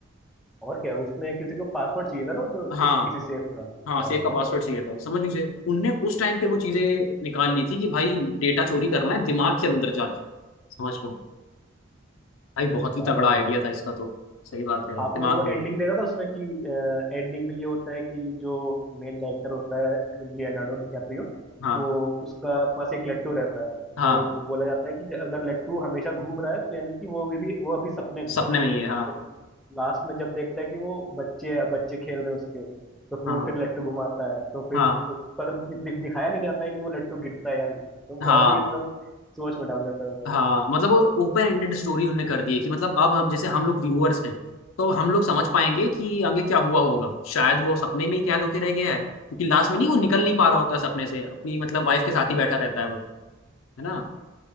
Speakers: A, in the centre; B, on the left.
A: और क्या उसमें किसी को पासवर्ड चाहिए था ना जो
B: हाँ
A: इस, किसी सेफ का
B: हाँ
A: हाँ,
B: सेफ का पासवर्ड चाहिए था समझ लीजिए उनने उस टाइम पे वो चीजें निकाल ली थी कि भाई डेटा चोरी करना है दिमाग के अंदर जाके समझ लो भाई बहुत ही
A: बात
B: तगड़ा
A: तो
B: आइडिया
A: है
B: था इसका तो सही बात है यार
A: आपने
B: दिमाग
A: वो
B: के अंदर
A: एंडिंग देखा था उसमें कि एंडिंग में ये होता है कि जो मेन कैरेक्टर होता है लियोनार्डो डिकैप्रियो
B: हाँ
A: वो उसका पास एक लट्टू रहता है
B: हाँ
A: तो वो बोला जाता है कि ज- अगर लट्टू हमेशा घूम रहा है तो यानी कि वो भी वो अभी सपने में
B: सपने
A: है
B: में ही है हाँ
A: तो लास्ट में जब देखता है कि वो बच्चे बच्चे खेल रहे हैं उसके तो फिर
B: हाँ
A: वो फिर लट्टू घुमाता है तो फिर
B: हाँ
A: पर दि- दिखाया नहीं जाता है कि वो लट्टू गिरता है या नहीं तो
B: हाँ
A: बहुत ही मतलब सोच में डाल देता है वो बात
B: हाँ मतलब वो ओपन एंडेड स्टोरी उनने कर दी है कि मतलब अब हम जैसे हम लोग व्यूअर्स हैं तो अब हम लोग समझ पाएंगे कि आगे क्या हुआ होगा शायद वो सपने में ही कैद होके रह गया है क्योंकि लास्ट में नहीं वो निकल नहीं पा रहा होता है सपने से अपनी मतलब वाइफ के साथ ही बैठा रहता है वो है ना